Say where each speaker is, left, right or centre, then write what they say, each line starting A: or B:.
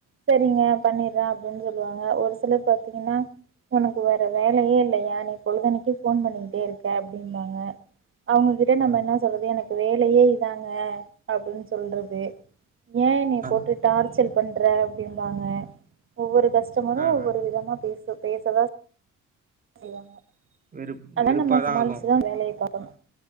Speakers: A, on the right; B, on the right.
A: சரிங்க பண்ணிட்ற அப்டின்னு சொல்லுவாங்க ஒரு சிலர் பாத்தீங்கன்னா உனக்கு வேற வேலயே இல்லையா நீ பொழுதனைக்கு ஃபோன் பண்ணிக்கிட்டே அப்டின்னாங்க அவுங்ககிட்ட
B: ஆ,
A: நம்ம என்ன சொல்றது எனக்கு வேலயே இதாங்க அப்டின்னு சொல்றது ஏ என்னைய
B: ஆ,
A: போட்டு டார்ச்சல் பண்ற அப்டிம்பாங்க ஒவ்வொரு கஷ்டமரு
B: ஆ,
A: ஒவ்வொரு
B: ஆ.
A: விதமா பேசு பேசதா செய்வாங்க
B: வெறுப்
A: அதா
B: வெறுப்பாதான்
A: நம்ம சமாளிச்சுதா
B: ஆகும்
A: வேலய பாக்கணு